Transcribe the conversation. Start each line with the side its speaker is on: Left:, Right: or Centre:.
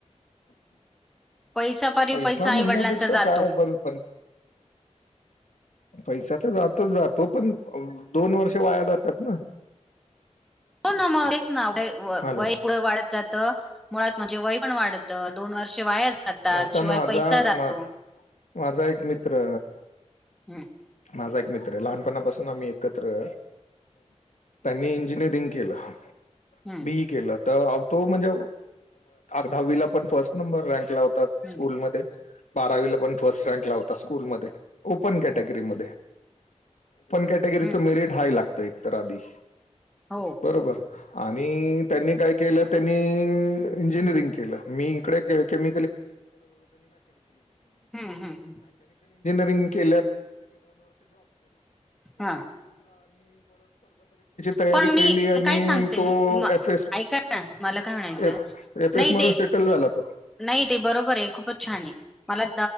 Centre: पैसा परी
Left: पैसा म्हणण्यापेक्षा
Centre: आईवडिलांचा जातो.
Left: काय पर प पैसा तर जातोच जातो पण दोन वर्ष वाया जातात ना
Centre: हो ना मगच ना वय
Left: हॅलो
Centre: पुढं वाढत जात मुळात म्हणजे वय पण वाढतं दोन वर्षे वाया जातात
Left: आता
Centre: शिवाय
Left: माझा
Centre: पैसा जातो
Left: मा- माझा एक मित्र
Centre: हम्म
Left: माझा एक मित्र आहे लहानपणापासून आम्ही एकत्र त्यांनी इंजिनिअरिंग केलं
Centre: हम्म
Left: बी केलं तर तो म्हणजे दहावीला पण फर्स्ट नंबर रँक ला हो
Centre: हम्म
Left: स्कूलमध्ये बावीला पण फट रँक लावता स्कूल म ओपन कॅटेगरी म कॅटेगरीचं
Centre: हम्म
Left: मेरट हाय लागतं एक तर आधी
Centre: हो
Left: बरोबर आणि त्यांनी काय केलं त्यांनी इंजिनिअरिंग केलं मी इकडे म
Centre: हम्म हम्म हम्म.
Left: ज ची
Centre: हा
Left: तयारी
Centre: पण मी
Left: केली आणि
Centre: काय सांगते
Left: तोफ
Centre: म
Left: एसफ
Centre: ऐका ना मला काय म्हणायचं
Left: एस
Centre: नाही
Left: म्ह
Centre: ते
Left: सेटल झाला तो
Centre: नाही ते बरोबर आहे खूपच छान आहे मला